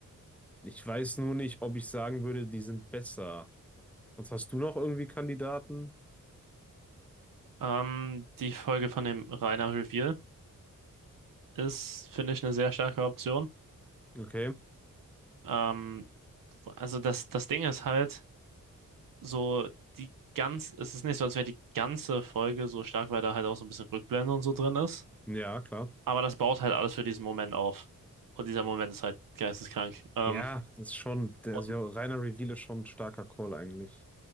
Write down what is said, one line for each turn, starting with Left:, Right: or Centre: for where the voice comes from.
Centre: Ich weiß nur nicht, ob ich sagen würde, die sind besser. Sonst hast du noch irgendwie Kandidaten?
Right: Ähm, die Folge von dem Rainer Reveal ist, finde ich, eine sehr starke Option.
Centre: Okay,
Right: Ähm, Also das, das Ding ist halt so, die ganz, es ist nicht so, als wäre die ganze Folge so stark, weil da halt auch so ein bisschen Rückblende und so drin ist.
Centre: ja, klar.
Right: Aber das baut halt alles für diesen Moment auf. Und dieser Moment ist halt geisteskrank. Ähm,
Centre: Ja, das ist schon, der
Right: und
Centre: ist ja, reiner Reveal ist schon ein starker Call eigentlich.